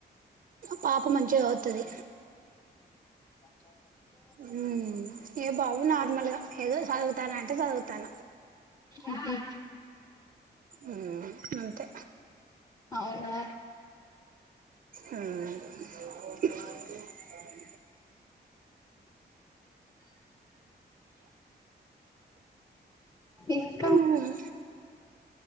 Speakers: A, on the right; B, on the left.
A: పాప మంచిగ చదువుతది
B: ఆ
A: హ్మ్ ఏ బాబు నార్మల్ గా ఏదో చదువుతానంటే చదువుతాన
B: ఊహు
A: ఊ అంతే
B: అవునా
A: ఊ
B: ఇంకా
A: ఊ హ్మ్